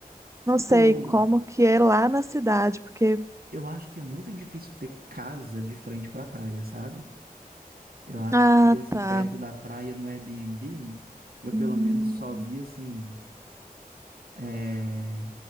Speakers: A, on the right (about 20°); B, on the right (about 80°).
A: Não sei
B: Ou
A: como que é lá na cidade, porque.
B: eu acho que é muito difícil ter casa de frente pra praia, sabe? Eu acho
A: Ah,
B: que, assim,
A: tá.
B: perto da praia no Airbnb, eu
A: Hum,
B: pelo menos só vi, assim, é...